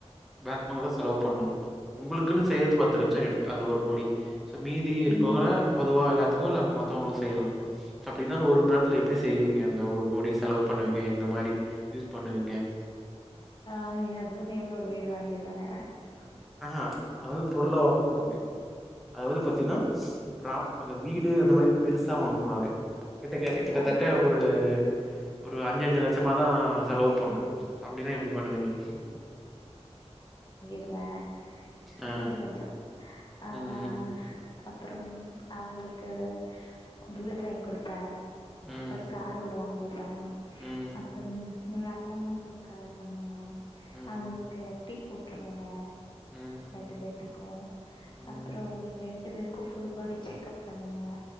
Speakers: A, in the centre; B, on the left.
A: வே வங்க செலவு பண்ணு உங்களுக்குன்னு சேத்து பத்து லட்ச எடுத்து அதுல ஒரு கோடி சோ மீதி இருக்கவங்க
B: ம்.
A: பொதுவா எல்லா துகோ நம்ம மத்தவங்கள்க்கு செய்லா சொ அப்டினா அந்த ஒரு மநேரத்துல எப்டி செய்வீங்க அந்த ஒரு கோடி செலவு பண்ணுவீங்க எந்த மாரி யூஸ் பண்ணுவீங்க
B: நா எ ஹஸ்பண்ட் நேம்ல ஒரு வீடு வாங்கிருவேங்க
A: அ அஹா அத வந்து பொருளா வாங்க கூடாது அதாவது பாத்தீங்கன்னா
B: ம்.
A: ப்ரோப் அந்த வீடு அந்த மாரி பெருசா வாங்கக் கூடாது கிட்ட க கிட்டத்தட்ட
B: ஆ.
A: ஒரு ஒரு அஞ்சஞ்சு லட்சமா தா செலவு பண்ணு அப்டினா எப்டி பண்ணுவீங்க
B: ட்ருவா
A: ஆ
B: கொஞ்சொ கொஞ்சொ ஆ அப்
A: ம்
B: அப்புறம் அவங்களுக்கு புல்ட்ரைன் கொடுப்பே
A: ம்
B: ஒரு கார் ஒன்னு வாங்கிருவே
A: ம்
B: அப்புறம் எங்க அப்பா அம்மாக்கு ஒரு கார் வங்குவே
A: ம்
B: அவங்களுக்கு எஃப் டி போட்ருவே
A: ம்
B: ரெண்டு பேத்துக்கு
A: ம்
B: அப்புறோ அவங்களுக்கு ரெண்டு பேருக்கு ஃபுல் பாடி செக்கப் பண்ணுவே